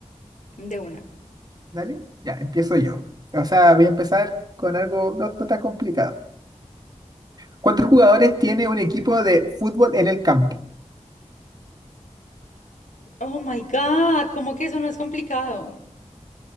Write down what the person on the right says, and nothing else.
Dale, ya, empiezo yo. O sea, voy a empezar con algo no, no tan complicado. ¿Cuántos jugadores tiene un equipo de fútbol en el campo?